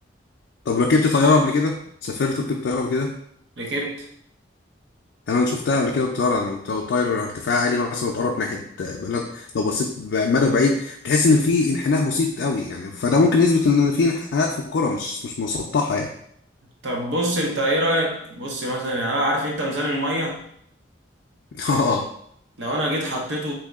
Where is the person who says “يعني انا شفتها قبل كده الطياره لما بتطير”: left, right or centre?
Left